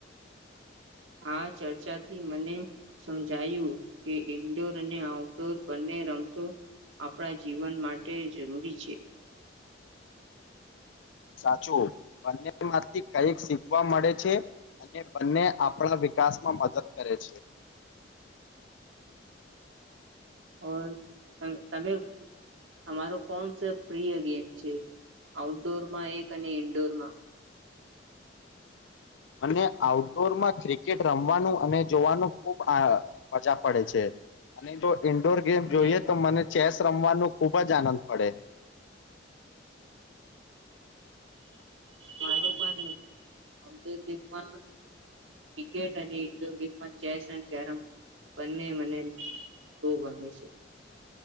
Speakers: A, on the right; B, on the left.
A: આ ચર્ચાથી મને સમજાયું કે ઈન્ડોર અને આઉટડોર બંને રમતો આપણા જીવન માટે જરૂરી છે.
B: સાચું બંનેમાંથી કઈક શીખવા મળે છે અને બંને આપણા વિકાસમાં મદદ કરે છે.
A: હ તમે તમારો કોણ સ પ્રિય ગેમ છે આઉટડોરમાં એક અને ઇન્ડોરમાં?
B: મ આઉટડોર માં ક્રિકેટ રમવાનું અને જોવાનું ખૂબ મજા પડે છે અને જો ઇન્ડોર
A: હમ,
B: ગેમ
A: અને
B: જોઈએ તો મને ચેસ રમવાનું ખૂબ જ આનંદ પડે.
A: માર પણોર ગેમમાં ક્રિકેટ અને ડોર ગેમમાં ચેસ એડ કેરમ બંને મને ખહબ ગમે છે.